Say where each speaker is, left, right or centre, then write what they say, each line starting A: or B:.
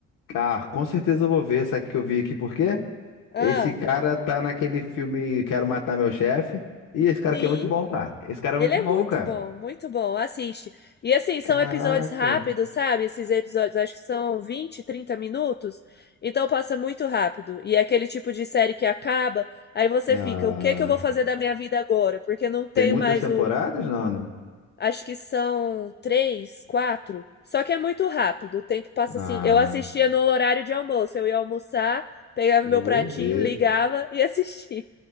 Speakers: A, on the left; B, on the left.
A: ah, com certeza eu vou ver essa aqui que eu vi aqui, por quê?
B: Ah,
A: Esse cara tá naquele filme Quero Matar Meu Chefe. Ih, esse cara
B: sim.
A: aqui é muito bom, cara. Esse cara
B: Ele
A: é muito
B: é
A: bom,
B: muito
A: cara.
B: bom, muito bom. Assiste. E assim,
A: Caraca.
B: são episódios rápidos, sabe? Esses episódios acho que são 20, 30 minutos. Então passa muito rápido. E é aquele tipo de série que acaba, aí você
A: Ah,
B: fica, o que que eu vou fazer da minha vida agora? Porque não tem
A: tem muitas
B: mais
A: temporadas,
B: o.
A: não, né?
B: Acho que são três, quatro. Só que é muito rápido. O tempo passa
A: Ah,
B: assim. Eu assistia no horário de almoço. Eu ia almoçar, pegava
A: vou
B: meu pratinho,
A: ver.
B: ligava e <laughs> assistia.